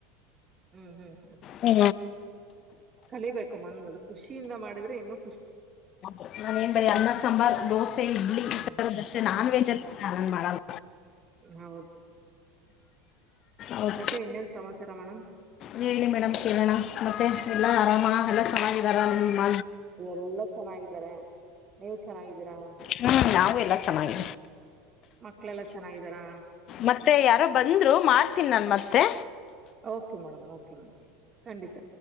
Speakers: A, on the right; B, on the left.
A: ಹ್ಮ್ ಹ್ಮ್
B: ಹ್ಮ
A: ಕಲಿಬೇಕು ಮಂದ ಖುಷಿಯಿಂದ ಮಾಡಿದ್ರೆ ಇನ್ನು
B: ಹೌದು ನಾವೇನ್ ಬರಿ ಅನ್ನ ಸಾಂಬಾರ್ ದೋಸೆ ಇಡ್ಲಿ ಈಥರದ್ದಷ್ಟೇ
A: ಹ್ಮ್
B: ನಾನ್ ವೆಜ್ ಅಲ್ಲನ್ ಮಾಡಲ್
A: ಹ
B: ಹೌದು
A: ಮತ್ತೆ ಇನ್ನೇನ್ ಸಮಾಚಾರ ಮೇಡಮ್
B: ಹೇಳಿ ಮೇಡಮ್ ಕೇಳೋಣ ಮತ್ತೆ ಎಲ್ಲಾ ಆರಾಮ ಎಲ್ಲ ಚೆನ್ನಾಗಾರ ನಿಮ
A: ಎಲ್ಲಾ ಚೆನ್ನಾಗಿದಿದ್ದಾರೆ ನೀವ ಚೆನ್ನಾಗಿದ್ದೀರಾ
B: ಹ್ಮ್ ನಾವು ಎಲ್ಲ ಚೆನ್ನಾಗಿದೆ
A: ಮಕ್ಳೆಲ್ಲ ಚೆನ್ನಾಗಿದ್ದಾರಾ
B: ಮತ್ತೆ ಯಾರು ಬಂದ್ರು ಮಾಡ್ತೀನಿ ನನ್ ಮತ್ತೆ
A: ಓಕೆ ಮೇಡಮ್ ಓಕೆ ಮೇಡಮ ಕಂಡಿತ